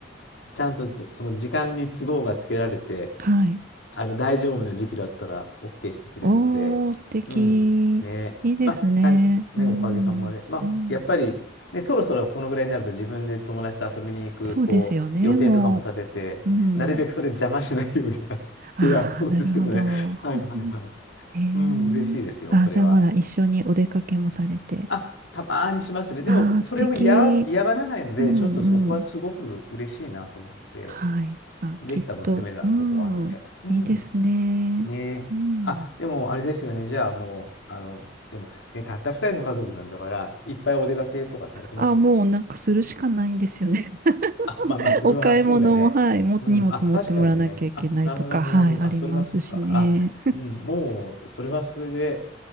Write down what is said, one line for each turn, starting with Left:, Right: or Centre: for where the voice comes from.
Left: ちゃんとその時間に都合がつけられて、
Right: はい。
Left: あの大丈夫な時期だったら OK してくれるので、
Right: おー、素敵。
Left: うん、ね、
Right: いいですね。
Left: まあ、はい、ね、
Right: うん。
Left: おかげさまで、まあ、
Right: うん。
Left: やっぱり、ね、そろそろこのぐらいになると自分で友達と遊びに行く、
Right: そうですよね、
Left: こう、予定とかも立てて、
Right: もう。うん。
Left: なるべくそれ邪魔しないように <laughs>
Right: ああ、
Left: 提案するんですけどね。
Right: なるほど。
Left: はいはいはい。
Right: <laughs> えーあー、
Left: うん、嬉しいですよ、それは。
Right: じゃあまだ一緒にお出かけもされて。
Left: あ、たまーにしますね。でも、
Right: ああ、
Left: それを嫌が、
Right: 素敵。
Left: 嫌がらないので、
Right: うんうん。
Left: ちょっとそこはすごく嬉しいなと思って。
Right: はい。あ、
Left: できた娘だ、
Right: きっと。うん。
Left: そこは、みたいな。うん。
Right: いいですね。
Left: ねえ。
Right: うん。
Left: あ、でも、あれですよね。じゃあ、もう、あの、でも、ね、たった二人の家族なんだから、いっぱいお出かけとかされてます
Right: あ、もうなんかするしかないんですよね。<laughs>
Left: あ、まあまあ、それはそうだよね。
Right: お買い物も、はい、も、
Left: うん。
Right: 荷物持ってもらわなきゃいけないとか、
Left: あ、確かにね。あ、なるほど、なるほど、
Right: はい、
Left: なるほど。
Right: ありますしね。
Left: あ、それはそっか。あ、うん。もう、それはそれで、